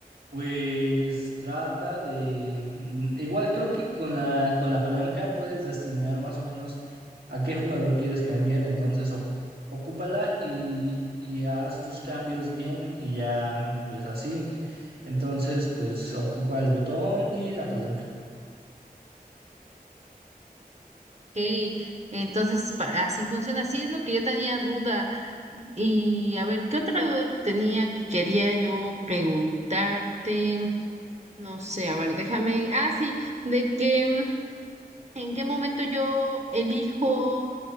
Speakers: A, on the right (about 80°); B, on the right (about 45°).
A: pues trata de... mm, Igual creo que con la, con la palanca puedes destinar más o menos a qué jugador quieres cambiar. Entonces, oc- ocúpala y, y haz tus cambios bien y ya, mm, pues así. Entonces, pues ocupa el botón y la palanca.
B: Ok, entonces pa- así funciona, así es lo que yo tenía duda. Y a ver, ¿qué otra duda tenía que quería yo preguntarte? No sé, a ver, déjame. Ah, sí, de que... mm, en qué momento yo elijo